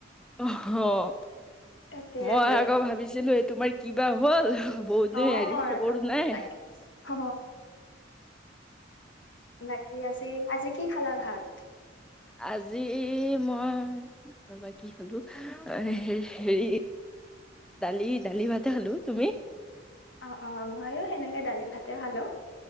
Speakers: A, in the centre; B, on the left (about 70°).
A: অ',
B: তাকে
A: মই
B: আৰু
A: আকৌ ভাবিছিলো এই তোমাৰ কিবা হ'ল। বহুতদিন
B: অ
A: হেৰি খবৰো
B: তাক
A: নাই।
B: তাকে অ বাকি আজি আজি কি খালা ভাত?
A: আজি মই ৰবা কি খালো হেৰি দালি দালি ভাতে খালো তুমি?
B: অ', অ' মইও সেনেকে দালি ভাতে খালো